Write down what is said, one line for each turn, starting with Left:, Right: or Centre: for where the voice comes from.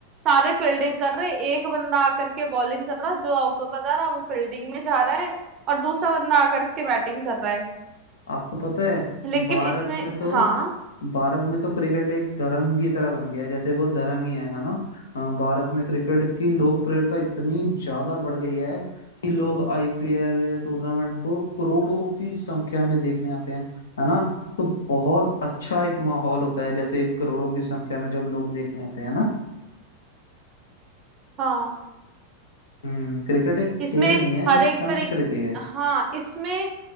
Right: सारे फील्डिंग कर रहे हैं। एक बंदा आकर के बॉलिंग कर रहा है, जो आउट होता जा रहा है वो फील्डिंग में जा रहा है और दूसरा बंदा आकर के बैटिंग कर रहा है
Left: आपको पता है
Right: लेकिन
Left: भारत
Right: इसमें
Left: में तो
Right: हाँ
Left: भारत में तो क्रिकेट एक धर्म की तरह बन गया है जैसे वो धर्म ही है है ना अ, भारत में क्रिकेट की लोकप्रियता इतनी ज्यादा बढ़ गई है कि लोग आईपीएल या टूर्नामेंट को करोड़ों की संख्या में देखने आते हैं है ना तो बहुत अच्छा एक माहौल होता है जैसे करोड़ों की संख्या में जब लोग देखने आते हैं ना
Right: हाँ
Left: हम्म क्रिकेट एक
Right: इसमें
Left: खेल नहीं है
Right: हर
Left: एक
Right: एक
Left: संस्कृति
Right: तरीक
Left: है
Right: हाँ इसमें